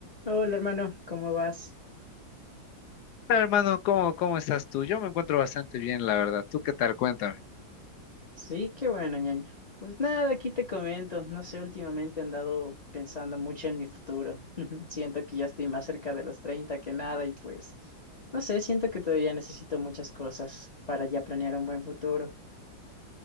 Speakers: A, on the left; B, on the left.
A: Hola hermano, ¿cómo vas?
B: Hola, Hermano, ¿cómo, cómo estás tú? Yo me encuentro bastante bien, la verdad. ¿Tú qué tal? Cuéntame.
A: Sí, qué bueno, ñaño. Pues nada, aquí te comento. No sé, últimamente he andado pensando mucho en mi futuro. <laughs> Siento que ya estoy más cerca de los 30 que nada y pues, no sé, siento que todavía necesito muchas cosas para ya planear un buen futuro.